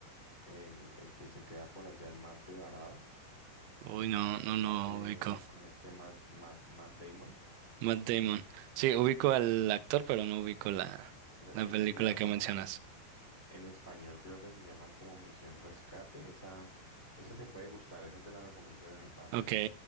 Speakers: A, on the left; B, on the right.
A: el, el que se queda por allá en Marte varado,
B: Uy, no, no,
A: con
B: no
A: este,
B: ubico.
A: con este Matt, Matt, Matt Damon.
B: Matt Damon. Sí, ubico al actor, pero no ubico la,
A: Creo
B: la
A: que
B: película
A: se llama,
B: que mencionas.
A: en español creo que se llama como Misión Rescate. Esa, esa te puede gustar, esa te la recomiendo de mi parte.
B: Ok,